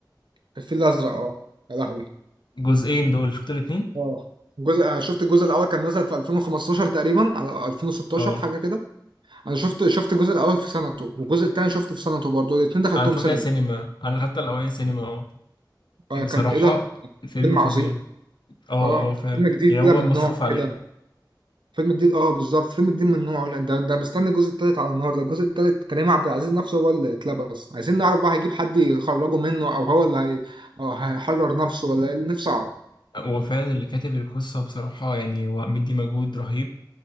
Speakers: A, on the right; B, on the left.
A: الفيل الأزرق أه يا لهوي
B: جزئين دول شفت الاتنين
A: أه الجزء أنا شفت الجزء الأول كان نزل في 2015 تقريبا على 2016
B: اه
A: حاجة كده انا شفت شفت الجزء الاول في سنته والجزء الثاني شفته في سنته برضه الاثنين دخلتهم
B: انا اتفرجت
A: سينما
B: على السينما انا دخلت الاولاني سينما اه
A: فكان
B: بصراحة
A: ايه ده
B: الفيلم
A: فيلم
B: فظيع
A: عظيم
B: اه
A: اه
B: اه فعلا
A: فيلم جديد
B: يعني
A: كده
B: هو
A: من
B: مصروف
A: نوع
B: عليه
A: كده فيلم جديد اه بالظبط فيلم جديد من نوعه ده, ده مستني الجزء الثالث على النهارده الجزء الثالث كريم عبد العزيز نفسه هو اللي اتلبس عايزين نعرف بقى هيجيب حد يخرجه منه او هو اللي هي... أو هيحرر نفسه ولا ايه نفسي اعرف
B: هو فعلا اللي كاتب القصة بصراحة يعني هو مدي مجهود رهيب